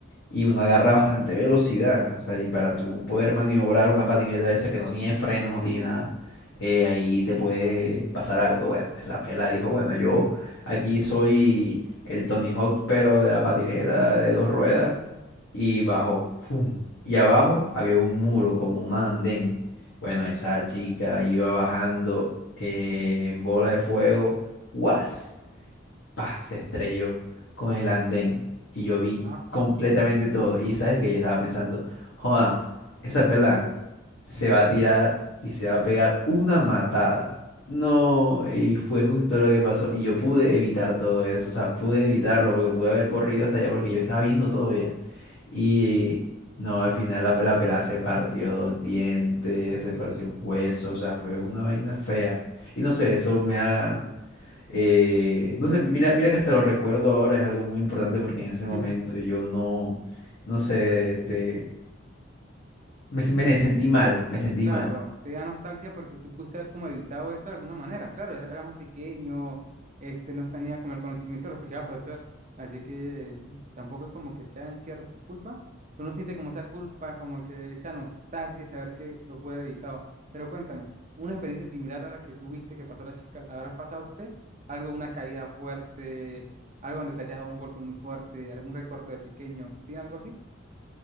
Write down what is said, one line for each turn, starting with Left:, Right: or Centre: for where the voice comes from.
Left: y uno agarra bastante velocidad. O sea, y para tú poder maniobrar una patineta de esa que no tiene frenos, no tiene nada, eh, ahí te puede pasar algo. Bueno, entonces la pela dijo, bueno, yo aquí soy el Tony Hawk, pero de la patineta de dos ruedas.
Right: <laughs>
Left: Y bajó. ¡fum! Y abajo había un muro, como un andén. Bueno, esa chica iba bajando eh, en bola de fuego. ¡Guas! pa, se estrelló con el andén y yo vi
Right: Ajá.
Left: completamente todo. Y sabes que yo estaba pensando, joda, esa pelada se va a tirar y se va a pegar una matada. No, y fue justo lo que pasó. Y yo pude evitar todo eso, o sea, pude evitarlo porque pude haber corrido hasta allá porque yo estaba viendo todo ya. Y no, al final la, la pelada se partió dos dientes,
Right: Uy.
Left: se partió un hueso, o sea, fue una vaina fea. Y no sé, eso me haga eh, no sé, mira, mira que hasta lo recuerdo ahora, es algo muy importante porque en ese momento
Right: <laughs>
Left: yo no, no sé, este, me, se- me
Right: Sí,
Left: sentí mal, me sentí
Right: Claro,
Left: mal.
Right: te da nostalgia porque tú pudiste haber como evitado eso de alguna manera. Claro, era, era más pequeño, este, no tenía como el conocimiento de lo que iba a pasar. Así que tampoco es como que sea en cierto su culpa. Uno siente como esa culpa, como que esa nostalgia de saber que lo puede haber evitado. Pero cuéntame, una experiencia similar a la que tuviste que pasó la chica, ¿la habrás pasado usted? Algo, una caída fuerte, algo donde te hayas dado un golpe muy fuerte, algún recuerdo de pequeño. ¿Tiene algo así?